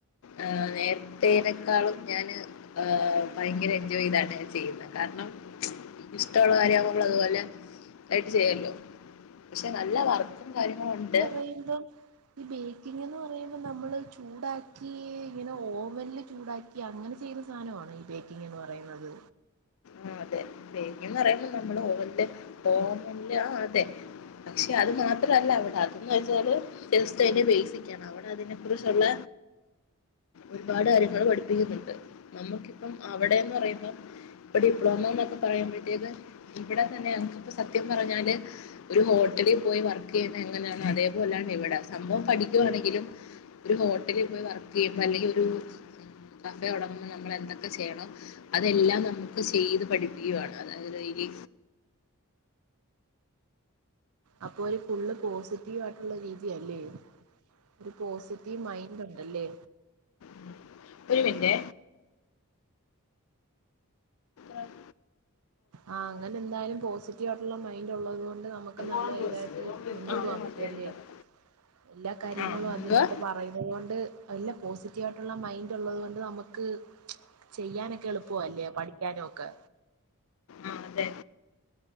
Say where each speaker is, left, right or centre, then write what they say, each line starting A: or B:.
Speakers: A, on the left (about 70°); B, on the right (about 80°).
A: ഏ നേര് ന്തിനെക്കാളും ഞാന് ആ ഭയങ്കര എൻജോയയ്താണ് ചെയ്യുന്നെ കാരണം ഇഷ്ട്ട ഉള്ള കാര്യവുമ്പ മ്മളത് പോലെ ആയിട്ട് ചെയ്യല്ലോ പക്ഷെ നല്ലവർക്കും കാര്യങ്ങളുണ്ട്
B: കയിമ്പോ ബേക്കിങ്ങെന്ന് പറയുമ്പോ നമ്മള് ചൂടാക്കി ഇങ്ങനെ ഓവൻല് ചൂടാക്കി അങ്ങനെ ചെയ്യുന്ന സാധനണോ ഈ ബേക്കിങ്ങ് എന്ന് പറയുന്നത്
A: ആ അതെ ബേക്കിന്നറയുമ്പോ നമ്മള് ഓവൻല് ഓവൻല് ആ അതെ പക്ഷെ അത് മാത്രല്ലവ്ടെ അതന്ന് വെച്ചാല് ജെസ്റ്റ് അയ്ന്റെ ബേസിക് ക്കേണ് അവിടെ അതിനെ കുറിച്ചുള്ള ഒരുപാട് കാര്യങ്ങള് പഠിപ്പിക്കുന്നുണ്ട് നമുക്കിപ്പം അവിടെന്ന് പറയുമ്പം ഇപ്പ ഡിപ്ലോമ എന്നൊക്കെ പറയുമ്പഴത്തേക്ക് ഇവിടെ തന്നെ നമുക്കിപ്പോ സത്യം പറഞ്ഞാല് ഒരു ഹോട്ടലിപോയി വർക്കെയ്യുന്നെ ങ്ങനെയാണ് അതേപോലെയാണിവിടെ സംഭവം പഠിക്കുവാണെങ്കിലും ഒരു ഹോട്ടലിപോയി വർക്കെയ്യുമ്പോ അല്ലെങ്കിഒരു കഫെ തുടങ്ങുമ്പ നമ്മളെന്തൊക്കെ ചെയ്യണം അതെല്ലാം നമ് ക്ക് ചെയ്ത് പഠിപ്പിക്കുകയാണ് അതായത് അയ്ല്
B: അപ്പോര് ഫുള്ള് പോസിറ്റ് റ്റീവായിട്ടുള്ള രീതിയല്ലേ ഒരു പോസിറ്റീവ് മൈൻഡ്ണ്ടല്ലേ
A: ഉം ഒരു മിൻറ്റെ ആഹ്
B: ആ അങ്ങനെന്തായാലും പോസിറ്റീവായിട്ടുള്ള മൈൻഡ് ഉള്ളത്കൊണ്ട് നമുക്ക് നല്ല
A: ആ
B: ഇതായിട്ട് മുന്നോട്ട് പോകാൻ
A: വണ്ടി
B: പറ്റും അല്ലേ
A: എടുത്തത്
B: എല്ലാ കാര്യങ്ങളും
A: ആ എന്തുവാ
B: അതിനോട്ട് പറയുന്നത് കൊണ്ട് അല്ല പോസിറ്റീവായിട്ടുള്ള മൈൻഡ് ള്ളത്കൊണ്ട് നമക്ക് ചെയ്യാനൊക്കെ എളുപ്പവാ ല്ലേ പഠിക്കാനൊക്കെ
A: ആ അതെ